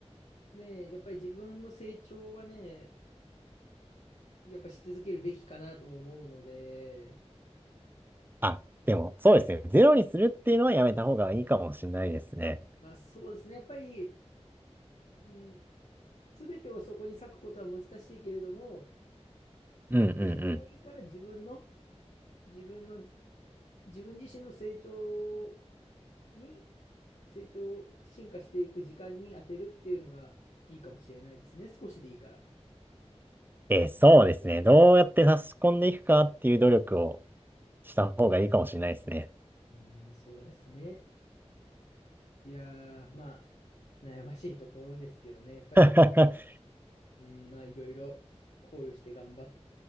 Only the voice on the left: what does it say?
ね、やっぱり自分の成長はね、やっぱし続けるべきかなとも思うので、
まあそうですね、やっぱり、うん、すべてをそこに割くことは難しいけれども、少しでもいいから自分の、
自分の、自分自身の成長に、成長を進化していく時間に当てるっていうのがいいかもしれないですね、少しでいいから。
うーん、そうですね。いやー、まあ、悩ましいところですけどね、やっぱり、
うん、まあ、いろいろ考慮して頑張っ